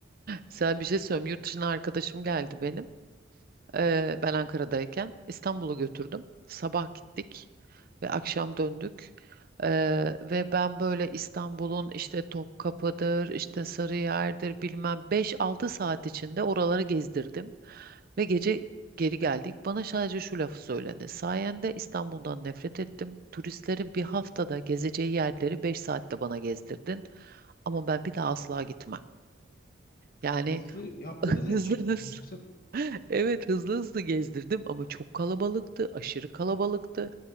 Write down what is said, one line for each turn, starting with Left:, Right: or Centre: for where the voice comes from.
Right: Sen bir şey söyleyeyim. Yurt dışına arkadaşım geldi benim. Ee, ben Ankara'dayken İstanbul'a götürdüm. Sabah gittik ve akşam döndük. Ee, ve ben böyle İstanbul'un işte Topkapı'dır, işte Sarıyer'dir bilmem beş altı saat içinde oraları gezdirdim. Ve gece geri geldik. Bana sadece şu lafı söyledi. Sayende İstanbul'dan nefret ettim. Turistlerin bir haftada gezeceği yerleri 5 saatte bana gezdirdin. Ama ben bir daha asla gitmem. Yani
Left: Hızlı yaptığınız
Right: <laughs>
Left: için
Right: hızlı hızlı
Left: mi? Yoksa bu
Right: <laughs> Evet hızlı hızlı gezdirdim ama çok kalabalıktı, aşırı kalabalıktı.